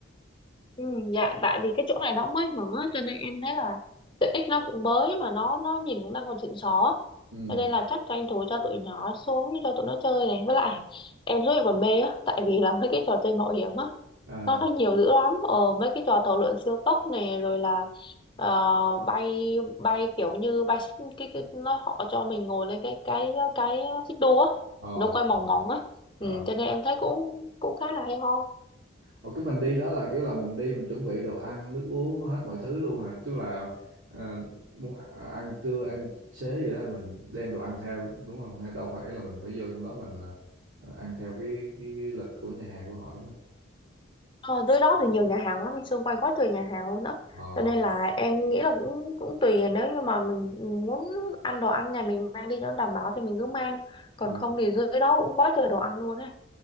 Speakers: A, on the left (about 25°); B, on the right (about 80°).
A: Ừ, dạ tại vì cái chỗ này nó cũng mới mở cho nên em thấy là tiện ích nó cũng mới mà nó nó nhìn cũng đang còn xịn xó
B: ừ
A: cho nên là chắc tranh thủ cho tụi nhỏ xuống cho tụi nó chơi này với lại em rất là còn mê á tại vì là mấy cái trò chơi mạo hiểm á
B: à
A: nó nó nhiều dữ lắm ờ mấy cái trò tàu lượn siêu tốc này rồi là ờ, bay bay kiểu như bay xích- cái, cái nó họ cho mình ngồi lên cái cái cái xích đu á
B: ồ
A: nó quay mòng mòng á ừ,
B: ờ
A: cho nên em thấy cũng cũng khá là hay ho
B: Ồ, cái mình đi đó là, kiểu là, mình đi mình chuẩn bị đồ ăn, nước uống hết mọi thứ luôn hả? Tức là, ờ, muốn ăn trưa, ăn xế gì đó mình đem đồ ăn theo, đúng không Hay đâu phải là mình phải vô trong đó mình, ờ, ờ, ăn theo cái cái lịch của nhà hàng của họ, đúng không?
A: Ờ, dưới đó thì nhiều nhà hàng lắm, anh xung quanh quá trời nhà hàng luôn đó.
B: Ờ,
A: Cho nên là em nghĩ là cũng cũng tùy nếu như mà mình muốn ăn đồ ăn nhà mình mang đi cho nó đảm bảo thì mình cứ mang. Còn
B: ừm,
A: không thì dưới đó cũng quá trời đồ ăn luôn ấy,